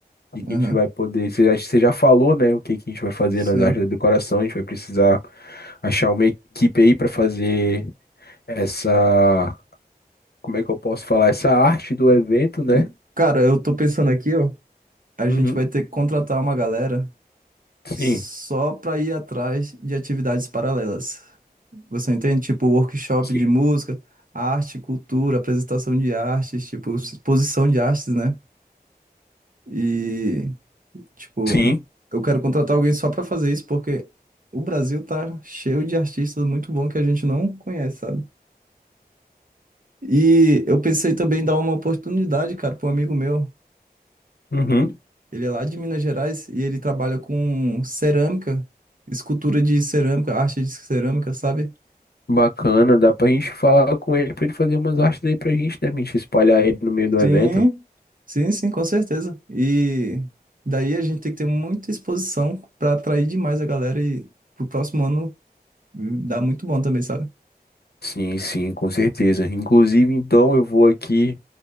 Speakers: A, on the left; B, on the right.
A: o que que
B: aham.
A: a gente vai poder. Você já, você já falou, né? O que que a gente vai fazer
B: Sim.
A: nas artes de decoração. A gente vai precisar achar uma equipe aí para fazer essa. Como é que eu posso falar? Essa arte do evento, né?
B: E, Cara, eu tô pensando aqui, ó. A
A: Uhum.
B: gente vai ter que contratar uma galera.
A: Sim.
B: só para ir atrás de atividades paralelas. Você entende? Tipo, workshop
A: Sim.
B: de música, arte, cultura, apresentação de artes, tipo, exposição de artes, né? E, tipo,
A: Sim.
B: eu quero contratar alguém só para fazer isso, porque o Brasil tá cheio de artistas muito bons que a gente não conhece, sabe? E eu pensei também em dar uma oportunidade, cara, para um amigo meu.
A: Uhum.
B: Ele é lá de Minas Gerais e ele trabalha com cerâmica, escultura de cerâmica, arte de cerâmica, sabe?
A: Bacana, dá pra gente falar com ele pra ele fazer umas artes aí pra gente, né? Pra gente espalhar ele no meio do
B: Sim,
A: evento.
B: sim, sim, com certeza. E daí a gente tem que ter muita exposição para atrair demais a galera e pro próximo ano dá muito bom também, sabe?
A: Sim, sim, com certeza. Inclusive, então, eu vou aqui